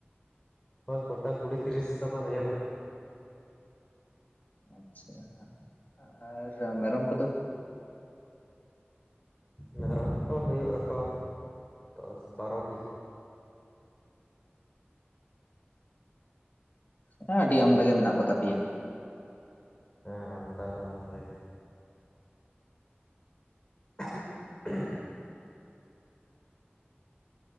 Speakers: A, on the left; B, on the left.
A: ᱦᱳᱭ ᱠᱚᱴᱟ ᱠᱩᱲᱤ ᱛᱤᱨᱤᱥ ᱛᱚᱠᱚ ᱦᱩᱭᱩᱜᱼᱟ᱾
B: ᱟᱪᱪᱷᱟ ᱟᱨ ᱢᱮᱨᱚᱢ ᱠᱚᱫᱚ?
A: ᱢᱮᱨᱚᱢ ᱠᱚ ᱦᱩᱭᱩᱜᱼᱟᱠᱚ ᱫᱚᱥ ᱵᱟᱨᱚᱴᱤ᱾
B: ᱦᱮᱸ ᱟᱹᱰᱤ ᱟᱢᱫᱟ ᱜᱮ ᱢᱮᱱᱟᱜ ᱠᱚ ᱛᱟᱯᱮᱭᱟ᱾
A: ᱦᱮᱸ ᱟᱢᱫᱟ ᱫᱚ ᱟᱢᱫᱟ ᱜᱮ᱾ <unintelligible>